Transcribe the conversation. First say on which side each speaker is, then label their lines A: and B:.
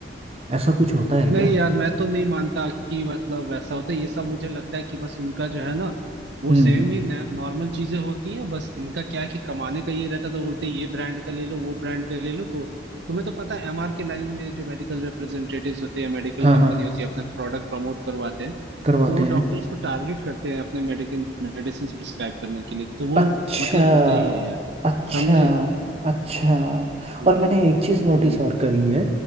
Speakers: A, on the right (about 35°); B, on the right (about 70°).
A: ऐसा कुछ होता है क्या
B: नहीं यार मैं तो नहीं मानता कि मतलब वैसा होता है ये सब मुझे लगता है कि बस उनका जो है ना वो
A: हम्म
B: सेम ही नॉर्मल चीजें होती हैं बस इनका क्या है कि कमाने का ये रहता है तो बोलते हैं ये ब्रांड का ले लो वो ब्रांड का ले लो तो तुम्हें तो पता है एमआर के लाइन में जो मेडिकल रिप्रेजेंटेटिव्स होते हैं मेडिकल
A: हाँ
B: कंपनी
A: हाँ
B: होती है अपना प्रोडक्ट प्रमोट करवाते हैं
A: करवाते
B: तो वो
A: हैं
B: डॉक्टर्स को टारगेट करते हैं अपने मेडिकल मेडिसिन प्रिस्क्राइब करने के लिए तो वो
A: अच्छा
B: मतलब होता ही है यार
A: अच्छा
B: समझे
A: अच्छा
B: हम्म
A: और मैंने एक चीज नोटिस
B: हम्म
A: और करी है